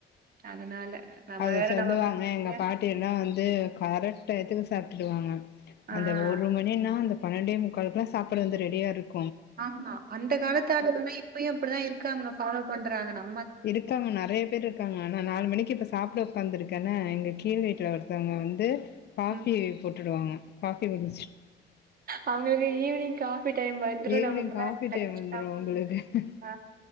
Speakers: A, on the right (about 50°); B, on the left (about 55°).
A: அதனால நம்ம
B: அது
A: வேற
B: சொல்லுவாங்க
A: நமக்கு நிறைய
B: எங்க பாட்டி எல்லா வந்து கரக்ட் எயத்துக்கு சாப்ட்டுடுவாங்க
A: ஆ.
B: அந்த ஒரு மணினா அந்த பன்னண்டே முக்காலுக்குலா சாப்பாடு வந்து ரெடியாருக்
A: ஆமா அந்த காலத்து ஆளுங்கனா இப்பயு அப்படுதா இருக்காங்க ஃபாலோ பண்றாங்கனா
B: இருக்காங்க நறய பேர் இர்க்காங்க நா நாலு மணிக்கு இப்ப சாப்ட உக்காந்துரு கனா எங்க கீழ் வீட்ல ஒரர்த்தங்க வந்து பாஃபி
A: ம்.
B: போட்டுடுவாங்க காஃபி போட் வச்ரு
A: அவுங்கவே ஈவினிங்கா டைம் வந்துரு
B: ஈவினிங்
A: நம்க்கு
B: காஃபி டைம் வந்துரு
A: தா
B: உங்களுக்கு